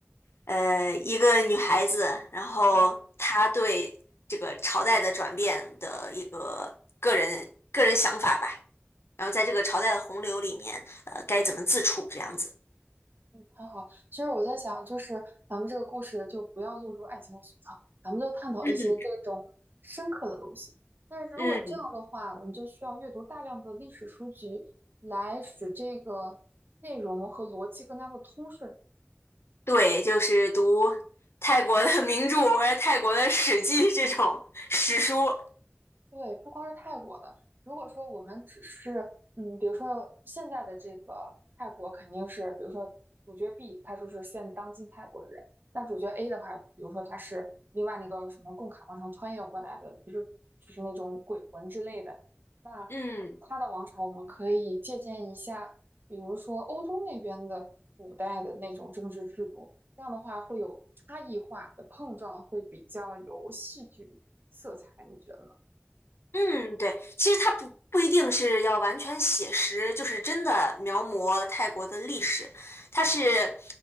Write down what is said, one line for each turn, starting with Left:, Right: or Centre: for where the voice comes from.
Left: 呃一个女孩子，然后她对这个朝代的转变的一个个人个人想法吧。
Right: 嗯。
Left: 然后在这个朝代的洪流里面，呃，该怎么自处这样子。
Right: 嗯，很好。其实我在想，就是咱们这个故事就不要落入爱情的俗套，咱们就探讨一些这种深刻的东西。
Left: 嗯
Right: 但是如果这样的话，
Left: 嗯，
Right: 我们就需要阅读大量的历史书籍，来使这个内容和逻辑更加的通顺。
Left: 对，就是读泰国的名著或者泰国的史记这种史书。
Right: 对，不光是泰国的，如果说我们只是，嗯，比如说现在的这个泰国肯定是，比如说主角 B 他就是现当今泰国人，那主角 A 的话，比如说他是另外那个什么贡卡王朝穿越过来的，就是就是那种鬼魂之类的，那他的王朝我们可以借鉴一下，
Left: 嗯。
Right: 比如说欧洲那边的古代的那种政治制度，这样的话会有差异化的碰撞，会比较有戏剧色彩，你觉得呢？嗯
Left: 嗯，对，其实它不不一定是要完全写实，就是真的描摹泰国的历史，它是，